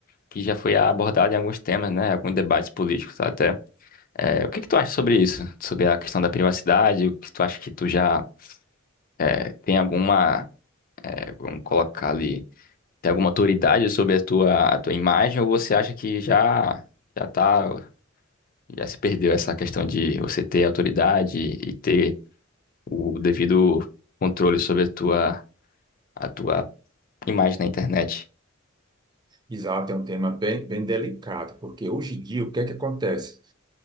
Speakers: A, on the left (about 40°); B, on the right (about 20°).
A: que já foi abordado em alguns temas, né? Alguns debates políticos até. Eh, o que que tu acha sobre isso? Sobre a questão da privacidade? O que tu acha que tu já eh, tem alguma, eh, vamos colocar ali, tem alguma autoridade sobre a tua, a tua imagem ou você acha que já, já tá Já se perdeu essa questão de você ter autoridade e ter o devido controle sobre a tua, a tua imagem na internet.
B: Exato, é um tema bem, bem delicado, porque hoje em dia o que é que acontece?